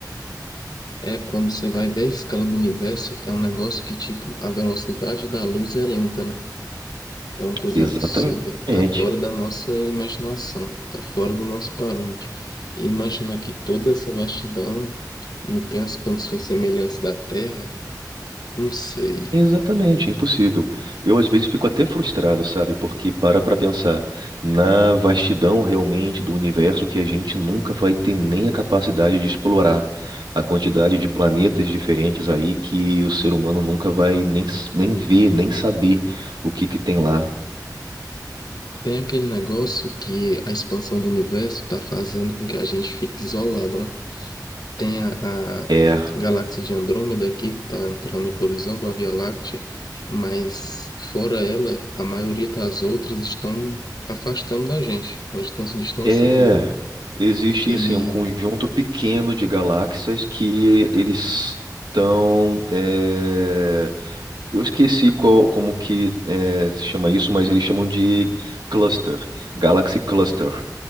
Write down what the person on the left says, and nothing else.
É, quando você vai ver a escala do universo, é um negócio que, tipo, a velocidade da luz é lenta, né? É uma coisa
absurda, tá fora da nossa imaginação, tá fora do nosso parâmetro. E imaginar que toda essa vastidão não tem as condições semelhantes da Terra, não sei.
Tem aquele negócio que a expansão do universo está fazendo com que a gente fique isolado, né? Tem a, a
galáxia de Andrômeda aqui, que está entrando em colisão com a Via Láctea, mas fora ela, a maioria das outras estão afastando da gente, elas estão se distanciando.
E